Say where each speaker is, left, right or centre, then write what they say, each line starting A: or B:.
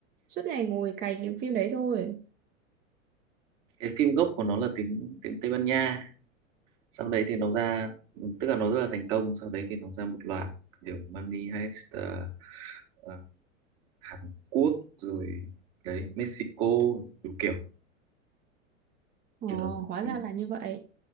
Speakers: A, on the right; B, on the right.
A: Suốt ngày ngồi cày cái phim đấy thôi.
B: cái phim gốc của nó là tiếng tiếng Tây Ban Nha sau đấy thì nó ra tức là nó rất là thành công sau đấy thì nó ra một loạt kiểu Money Heist ờ, ờ, Hàn Quốc rồi đấy Mexico đủ kiểu
A: Ồ,
B: kiểu đó
A: hóa
B: ừ.
A: ra là như vậy.